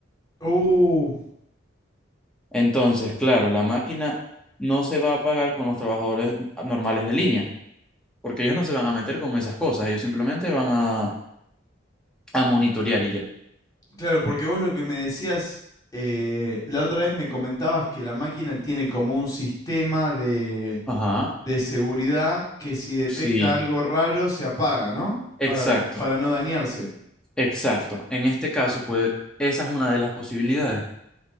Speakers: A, on the left; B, in the centre.
A: Uh,
B: Entonces, claro, la máquina no se va a pagar con los trabajadores normales de línea, porque ellos no se van a meter con esas cosas, ellos simplemente van a, a monitorear y ya.
A: claro, porque vos lo que me decías, eh, la otra vez me comentabas que la máquina tiene como un sistema de,
B: Ajá,
A: de seguridad que si detecta
B: sí,
A: algo raro se apaga, ¿no?
B: exacto,
A: Para, n- para no dañarse.
B: exacto. En este caso, pues esa es una de las posibilidades,